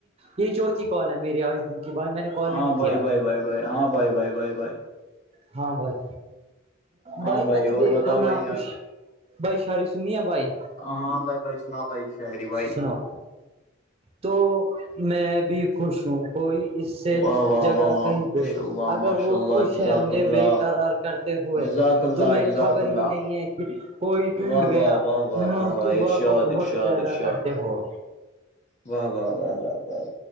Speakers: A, on the right (about 30°); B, on the left (about 35°).
A: یہ چوتھی کال ہے میرے آج دن کی بھائی میں نے کال
B: ہاں
A: ہی نہیں
B: بائے
A: کیا آج
B: بائے بائے بائے ہاں بائے بائے بائے بائے
A: ہاں بھائی
B: ہاں
A: بھائی میں نے
B: اور
A: دیکھا
B: بتاؤ بھائی
A: میں
B: یار
A: کچھ بھائی ساری سننی ہے بھائی
B: ہاں بھائی بھائی سناؤ بھائی شاعری بھائی
A: سناو تو میں بھی خوش ہوں کوئی اس سے
B: واہ واہ
A: جگہ
B: واہ واہ
A: کہیں
B: ماشاء
A: گئے
B: اللہ
A: اگر
B: ماشاء
A: وہ
B: اللہ
A: خوش
B: جزاک
A: ہے مجھے
B: اللہ
A: بے کررار کرتے ہوئے
B: جزاک اللہ
A: تمہیں
B: جزاک
A: خبر
B: اللہ
A: ہی نہیں ہے کہ کوئی
B: واہ
A: ٹوٹ گیا
B: واہ واہ واہ
A: محتوبہ
B: واہ واہ ارشاد
A: کو بہت
B: ارشاد
A: پیدا
B: ارشاد
A: کرتے ہو
B: واہ و و واہ واہ واہ